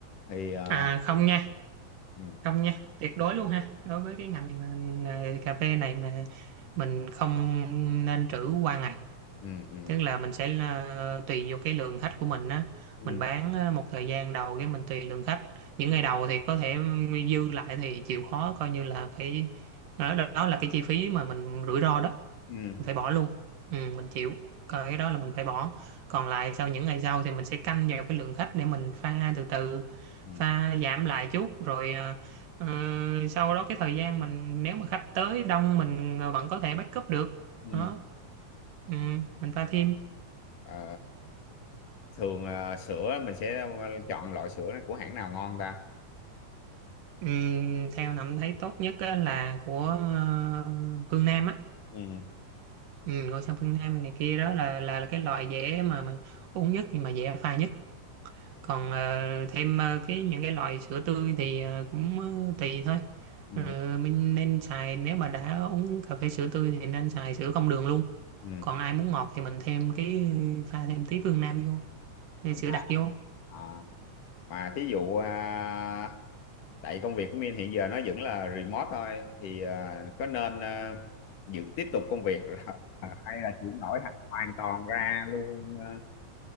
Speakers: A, on the left (about 80°); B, on the right (about 80°).
A: thì ờ,
B: à không nha
A: ừ,
B: không nha tuyệt đối luôn ha đối với cái ngành ờ, cà phê này mà mình không nên trữ qua ngày
A: ừ, ừ,
B: tức là mình sẽ ờ, tùy vô cái lượng khách của mình á
A: ừ,
B: mình bán ờ, một thời gian đầu cái mình tùy lượng khách những
A: ừ,
B: ngày đầu thì có thể dư lại thì chịu khó coi như là phải ờ, đó, đó là cái chi phí mà mình rủi ro đó
A: ừ,
B: mình phải bỏ luôn ừ, mình chịu coi cái đó là mình phải bỏ còn lại sau những ngày sau thì mình sẽ canh vào cái lượng khách để mình pha từ từ
A: ừ,
B: pha giảm lại chút rồi ờ, ờ, sau đó cái thời gian mình nếu mà khách tới đông mình ờ, vẫn có thể backup được
A: ừ.
B: đó ừ, mình pha thêm
A: Ờ, thường ờ, sữa mình sẽ chọn loại sữa của hãng nào ngon ta
B: Ừm, theo thẩm thấy tốt nhất á, là của ờ, Phương Nam á
A: ừ,
B: ừ, ngôi sao Phương Nam này kia đó là là, là cái loại dễ mà, mà uống nhất nhưng mà dễ pha nhất còn ờ, thêm ờ, cái những cái loại sữa tươi thì ờ, cũng ờ, tùy thôi
A: ừ,
B: Ờ, mình nên xài nếu mà đã uống cà phê sữa tươi thì nên xài sữa không đường luôn
A: ừ.
B: còn ai muốn ngọt thì mình thêm cái ờ, pha thêm tí Phương Nam vô thêm
A: Mà,
B: sữa đặc vô
A: À, mà thí dụ à, tại công việc của Min hiện giờ nó vẫn là remote thôi thì à, có nên à, giữ tiếp tục công việc rồi <laughs> hay là chuyển đổi hẳn hoàn toàn ra luôn à,